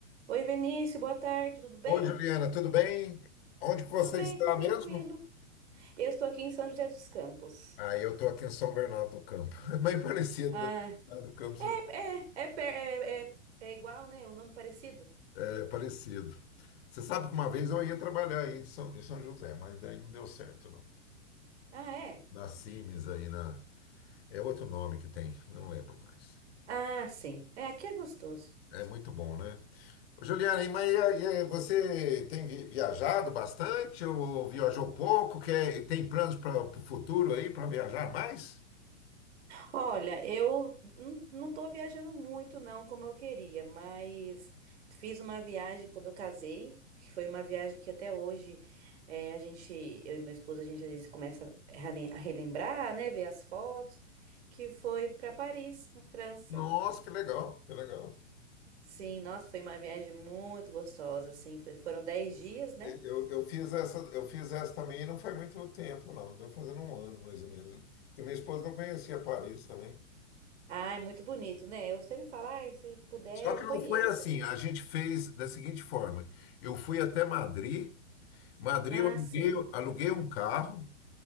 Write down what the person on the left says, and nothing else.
Oi, Juliana, tudo bem? Onde que
você
está
mesmo?
Ah, eu estou aqui em São Bernardo do Campo. <laughs> Bem parecido,
né? Bernardo do Campo
é parecido. Você sabe que uma vez eu ia trabalhar aí em São, em São José, mas daí não deu certo, não.
Na Cimes aí na... É outro nome que tem, não lembro mais.
É muito bom, né? Ô, Juliana, e mas e aí, eh, você tem vi- viajado bastante ou viajou pouco? Quer, tem planos para o futuro aí para viajar mais?
Nossa, que legal, que legal.
Eu, eu fiz essa, eu fiz essa também e não faz muito tempo, não. Deu fazendo um ano, mais ou menos. Porque minha esposa não conhecia Paris também.
Só que não
foi assim. A gente fez da seguinte forma. Eu fui até Madrid. Madrid
eu aluguei,
aluguei um carro.